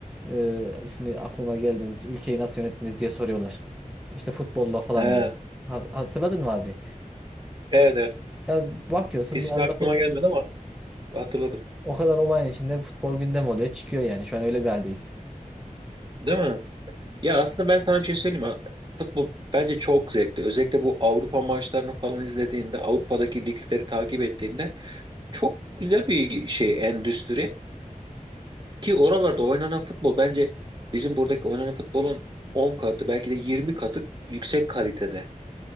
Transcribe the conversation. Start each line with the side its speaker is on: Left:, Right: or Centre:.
Centre: Ee, ismi aklıma gelmedi. Ülkeyi nasıl yönettiniz diye soruyorlar. İşte futbolla falan
Right: Ha,
Centre: diye. Ha- Hatırladın mı abi?
Right: evet evet.
Centre: Ya bakıyorsun
Right: İsmi
Centre: bir anda
Right: aklıma
Centre: fut,
Right: gelmedi ama hatırladım.
Centre: o kadar olayın içinde futbol gündem oluyor. Çıkıyor yani. Şu an öyle bir haldeyiz.
Right: Değil mi? ya aslında ben sana bir şey söyleyeyim mi? Futbol bence çok zevkli. Özellikle bu Avrupa maçlarını falan izlediğinde, Avrupa'daki ligleri takip ettiğinde çok güzel bir şey endüstri. Ki oralarda oynanan futbol bence bizim buradaki oynanan futbolun 10 katı belki de 20 katı yüksek kalitede.